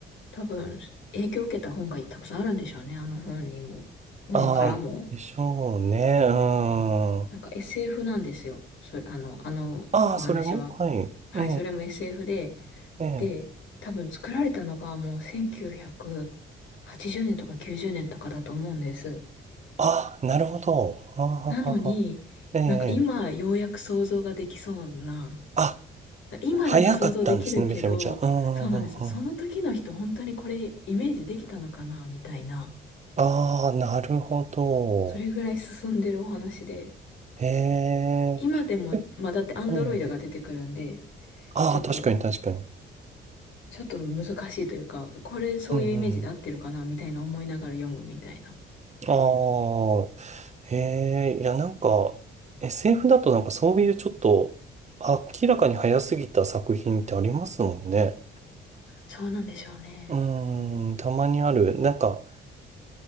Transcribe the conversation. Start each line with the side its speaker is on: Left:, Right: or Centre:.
Left: 多分、影響を受けた本がたくさんあるんでしょうね。あの本にも。本からも。
Right: ああ、でしょうね。うん。
Left: なんか SF なんですよ。それ、あの、あのお話は。
Right: ああ、それもはい。
Left: はい、
Right: えええ
Left: それも SF で。
Right: えええ。
Left: で、多分作られたのがもう1980年とか90年とかだと思うんです。
Right: ああ、なるほど。ああええ。
Left: なのに、なんか今ようやく想像ができそうな。
Right: あ、
Left: 今だと想像できるけど、
Right: 早かったんですね、めちゃめちゃ。うん、うん、
Left: そうなんです。
Right: うん。
Left: その時の人本当にこれイメージできたのかなみたいな。
Right: うんああ、なるほど。
Left: それぐらい進んでるお話で。
Right: へえ。
Left: 今でも、
Right: え
Left: まあだってアンドロイドが出てくるんで、
Right: ええ。ああ、
Left: ちょっと、
Right: 確かに確かに。
Left: ちょっと難しいというか、これそういうイメージで合ってるかなみたいな思いながら読むみたいな。
Right: うん、うん。ああ、へえ。いや、なんか、SF だとなんかそういうちょっと、明らかに早すぎた作品ってありますもんね。
Left: そうなんでしょうね。
Right: うーん、たまにある。なんか、